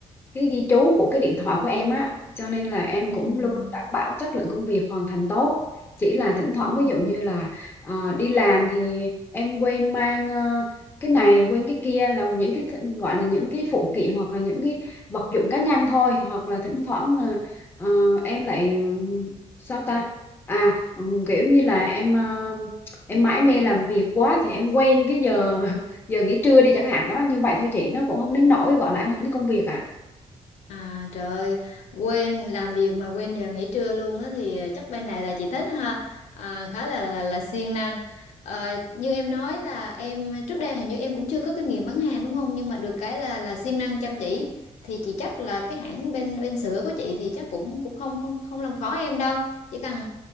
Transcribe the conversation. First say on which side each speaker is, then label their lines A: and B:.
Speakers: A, on the left (about 20°); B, on the left (about 85°).
A: cái ghi chú của cái điện thoại của em á cho nên là em
B: ừm,
A: cũng luôn đảm bảo chất lượng công việc hoàn thành tốt chỉ là thỉnh thoảng
B: ừm.
A: ví dụ như là ờ, đi làm thì em quên mang ờ, cái này quên cái kia là những cái th- gọi là những cái phụ kiện hoặc là những cái vật dụng cá nhân thôi hoặc là thỉnh thoảng là ờ, em lại ừ, sao ta à ừ, kiểu như là em ờ, em mãi mê làm việc quá thì em quên cái giờ <laughs> giờ nghỉ trưa đi chẳng hạn đó như vậy thôi chị nó cũng không đến nỗi gọi là ảnh hưởng đến công việc ạ
B: À trời, quên làm việc mà quên giờ nghỉ trưa luôn á thì ờ, chắc bên này là chị thích ha, à, khá là là, là siêng năng. Ờ, như em nói là em trước đây hình như em cũng chưa có kinh nghiệm bán hàng đúng không? Nhưng mà được cái là là siêng năng chăm chỉ thì chị chắc là cái hãng bên bên sữa của chị thì chắc cũng cũng không không không làm khó em đâu, chỉ cần